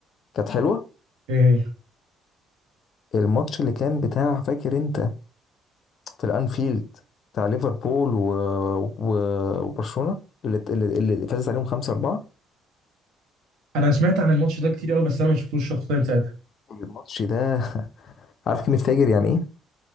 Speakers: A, on the left; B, on the right.
A: كانت حلوه
B: ايه هي؟
A: الماتش اللي كان بتاع فاكر انت في الانفيلد بتاع ليفربول و... و... وبرشلونه اللي اللي, اللي فازت عليهم 5 4
B: انا سمعت عن الماتش ده كتير قوي بس انا ما شفتوش شخصيا ساعتها
A: الماتش ده <laughs> عارف كلمه فاجر يعني ايه